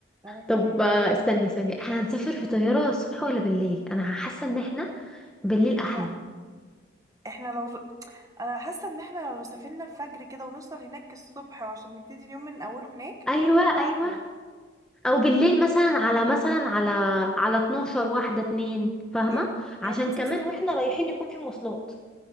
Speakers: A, on the right (about 15°); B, in the centre.
A: انا
B: طب
A: كمان
B: آه استني استني احنا هنسافر في طياره الصبح ولا بالليل انا حاسه ان احنا بالليل احلى
A: لا احنا لو انا حاسه ان احنا لو سافرنا الفجر كده ونوصل هناك الصبح وعشان نبتدي اليوم من اوله هناك
B: ايوه
A: يبقى
B: ايوه
A: احلى
B: او بالليل مثلا على مثلا على على 12 واحده اتنين فاهمه
A: يا بنت-
B: عشان
A: يا بنتي
B: كمان
A: بس
B: واحنا رايحين يكون في مواصلات